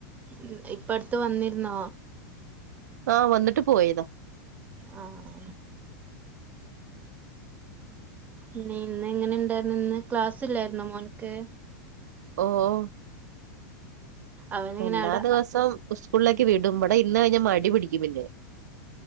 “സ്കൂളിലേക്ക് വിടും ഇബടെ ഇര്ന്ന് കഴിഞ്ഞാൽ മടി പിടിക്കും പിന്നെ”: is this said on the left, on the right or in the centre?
Right